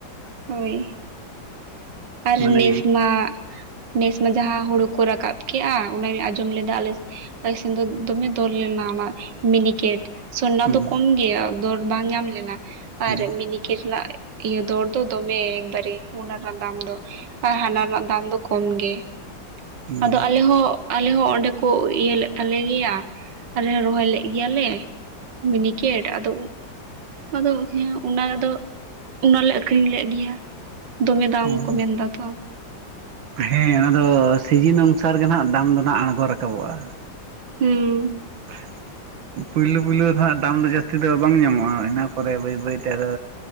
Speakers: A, on the right; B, on the right.
A: ᱦᱳᱭ ᱟᱨ
B: ᱢᱟᱱᱮ
A: ᱱᱮᱥᱢᱟ ᱱᱮᱥ ᱢᱟ ᱡᱟᱦᱟᱸ ᱦᱩᱲᱩ ᱠᱚ ᱨᱟᱠᱟᱵ ᱠᱮᱼᱟ ᱚᱱᱟᱧ ᱟᱸᱡᱚᱢ ᱞᱮᱫᱟ ᱟᱞᱮ ᱵᱮᱠᱮᱱ <unintelligible> ᱫᱚ ᱫᱚᱢᱮ ᱫᱚᱨ ᱞᱮᱱᱟ ᱚᱱᱟ ᱢᱤᱱᱤᱠᱮᱴ ᱥᱚᱨᱱᱟ
B: ᱦᱩᱸ
A: ᱫᱚ ᱠᱚᱢ ᱜᱮᱭᱟ ᱫᱚᱨ ᱵᱟᱝ ᱧᱟᱢ ᱞᱮᱱᱟ
B: ᱦᱩᱸ
A: ᱟᱨ ᱢᱤᱱᱤ ᱠᱤᱨᱱᱟ <unintelligible> ᱤᱭᱟᱹ ᱫᱚᱨ ᱫᱚ ᱫᱚᱢᱮ ᱮᱠ ᱵᱟᱨ ᱦᱩᱱᱟ ᱟᱨᱟᱢ ᱫᱟᱢ ᱫᱚ ᱟᱨ ᱦᱟᱱᱟ ᱨᱮᱱᱟᱜ ᱫᱟᱢ ᱫᱚ ᱠᱚᱢ ᱜᱮ
B: ᱦᱩᱸ
A: ᱟᱫᱚ ᱟᱞᱮ ᱦᱚᱸ ᱟᱞᱮ ᱦᱚᱸ ᱚᱸᱰᱮ ᱠᱚ ᱤᱭᱟᱹ ᱞᱮᱫ ᱛᱟᱞᱮ ᱜᱮᱭᱟ ᱟᱞᱮ ᱦᱚᱸ ᱨᱚᱦᱚᱭ ᱞᱮᱫ ᱜᱮᱭᱟ ᱞᱮ ᱢᱤᱱᱤᱠᱮᱴ ᱟᱫᱚ ᱟᱫᱚ ᱦᱮᱸ ᱚᱱᱟ ᱨᱮ ᱫᱚ ᱚᱱᱟ ᱞᱮ ᱟᱠᱷᱨᱤᱧ ᱞᱮᱫ ᱜᱮᱭᱟ ᱫᱚᱢᱮ ᱫᱟᱢ
B: ᱦᱩᱸ
A: ᱠᱚ ᱢᱮᱱᱫᱟ ᱛᱚ
B: ᱦᱮᱸ ᱚᱱᱟ ᱫᱚ ᱥᱤᱡᱤᱱ ᱚᱱᱩᱥᱟᱨ ᱜᱮ ᱱᱟᱦᱟᱜ ᱫᱟᱢ ᱫᱚ ᱱᱟᱜ ᱟᱲᱜᱚ ᱨᱟᱠᱟᱵᱚᱜᱼᱟ
A: ᱦᱩᱸ
B: <inaudible> ᱯᱳᱭᱞᱳ ᱯᱳᱭᱞᱳ ᱫᱚ ᱦᱟᱸᱜ ᱫᱟᱢ ᱫᱚ ᱡᱟᱹᱥᱛᱤ ᱫᱚ ᱵᱟᱝ ᱧᱟᱢᱚᱜᱼᱟ ᱤᱱᱟᱹ ᱯᱚᱨᱮ ᱵᱟᱹᱭ ᱵᱟᱹᱭ ᱛᱮ ᱟᱫᱚ